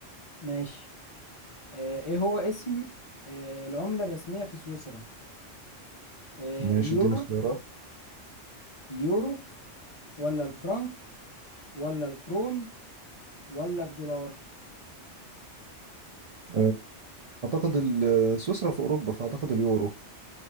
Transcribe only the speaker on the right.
ماشي
ادينا اختيارات
آه، اعتقد ال- سويسرا في اوروبا فاعتقد اليورو